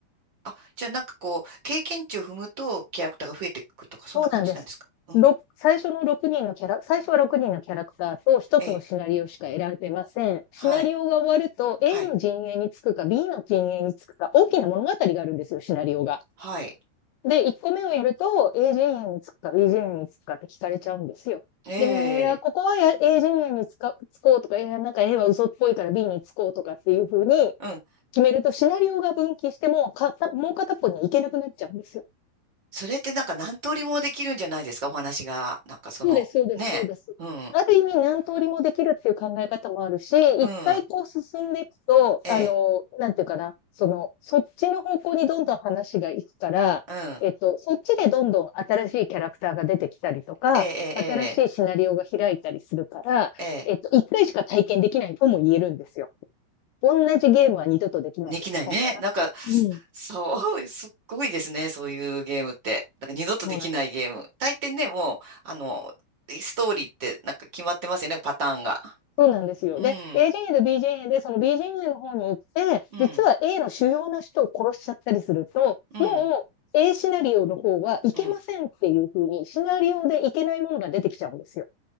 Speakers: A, on the right (about 35°); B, on the left (about 80°).
A: あ、じゃあなんかこう、経験値を踏むとキャラクターが増えていくとか、そんな感じなんですかうん。
B: そうなんです。ろく最初の6人のキャラ、最初は6人のキャラクターと1つのシナリオしか選べません。
A: ええ。
B: シナリオが終わると
A: はい。
B: A
A: はい。
B: の陣営につくか B の陣営につくか大きな物語があるんですよ、シナリオが。
A: はい。
B: で、1個目をやると A 陣営につくか B 陣営につくかって聞かれちゃうんですよ。
A: ええ。
B: で、いやここはや A 陣営につかつこうとか、いやなんか A は嘘っぽいから B につこうとかっていう風に
A: うん。
B: 決めるとシナリオが分岐してもか、もう片っぽには行けなくなっちゃうんですよ。
A: それってなんか何通りもできるんじゃないですかお話が。なんかその、
B: そうです、そうです、
A: ねえ。
B: そうです。
A: うん。
B: ある意味何通りもできるっていう考え方もあるし、一回こう進んでいくと、
A: うん。ええ。
B: あの、なんていうかな、その、そっちの方向にどんどん話がいくから、
A: うん。
B: えっと、そっちでどんどん新しいキャラクターが出てきたりとか、
A: え
B: 新しいシナリオが開いたりするから、
A: え。ええ。ええ。
B: えっと、一回しか体験できないとも言えるんですよ。同じゲームは二度とできないに近いかな。
A: できないね。なんか、
B: うん。
A: そう、<laughs> すっごいですね。そういうゲームって。なんか二度とできないゲーム。
B: そうなんです
A: 大抵ね、もう、あの、ストーリーってなんか決まってますよね、パターンが。
B: そうなんですよ。
A: うん、
B: で、A 陣営と B 陣営で、その B 陣営の方に行って、
A: うん、
B: 実は A の主要な人を殺しちゃったりすると、
A: うん、
B: もう A シナリオの方はいけませんっていう風に、
A: うん。
B: シナリオでいけないものが出てきちゃうんですよ。